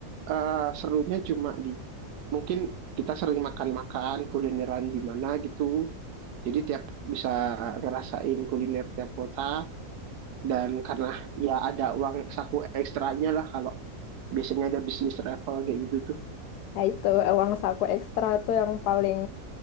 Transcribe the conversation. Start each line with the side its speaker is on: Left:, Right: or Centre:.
Right: eh, serunya cuma di mungkin kita sering makan-makan kulineran di mana gitu. Jadi tiap bisa ngerasain kuliner tiap kota dan karena ya ada uang saku ekstranya lah kalau biasanya ada bisnis travel kayak gitu tuh.
Left: Nah itu eh, uang saku ekstra tuh yang paling